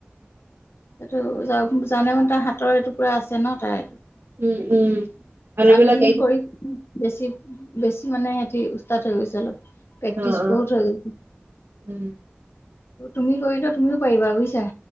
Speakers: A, on the left (about 75°); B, on the right (about 80°).
A: এইটো য জানে মানে তাৰ হাতৰ এইটো পুৰা আছে ন তাৰ এইটো
B: উম উম আৰু এইবিলাক
A: আগকেইদিন
B: এই
A: কৰি বেছি বেছি মানে বেছি উস্তাত হৈ গৈছে অলপ। প্ৰেক্টিচ
B: অ অ
A: বহুত হৈ
B: উম
A: তুমি কৰি লোৱা তুমিও পাৰিবা বুজিছা।